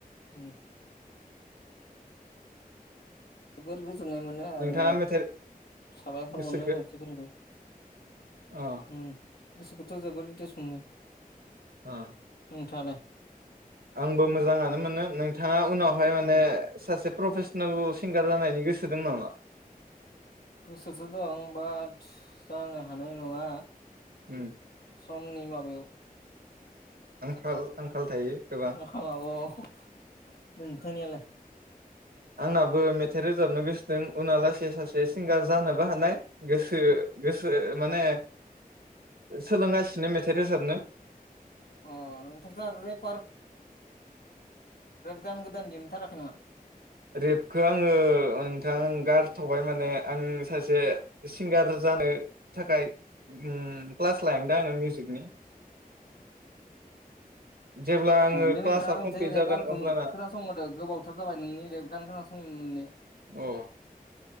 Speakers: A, on the left; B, on the right.
A: उम। <inaudible> गोजोननाय मोनो आरो
B: नोंथाङा मेथाइ
A: साबायखर
B: गोसोखो
A: मोनो मानसिफोरनिफ्राइ
B: अ
A: उम। गसोखौथ' जोबोर इन्टेरेस मोनो।
B: अ
A: नोंथाङालाय?
B: आंबो मोजाङानो मोनो, नोंथाङा। उनावहाय माने
A: उम
B: सासे प्रफेसनेल सिंगार जानायनि गोसो दं नामा?
A: गोसोसो दं बाट जानो हानाय नङा।
B: उम।
A: समनि माबायाव।
B: आंखाल आंखाल थायो। गोबां
A: <unintelligible> नोंथांनियालाय।
B: आंनाबो मेथाइ रोजाबनो गोसोदोंं उन लासै सासे सिंगार जानोबो हानाय, गोसो गोसो माने सोलोंगासिनो मेथाइ रोजाबनो।
A: <unintelligible> दा रेफ गान गोदान दिहुथाराखै नामा?
B: रेबखौ आंङो नोंथां गारथबाय माने आं सासे सिंगार जानो थाखाय ओम क्लास
A: <inaudible>
B: लाहांदों आङो मिउजिकनि जेब्ला आङो
A: दे नोंथाङा
B: क्लासा
A: खसे
B: कमप्लिट
A: रैब
B: जागोन
A: गानखौ
B: अब्लाना
A: खोनासंहरदो गोबावथार जाबाय नों नोंनि रेफ गान खोना संनो मोनैया
B: अ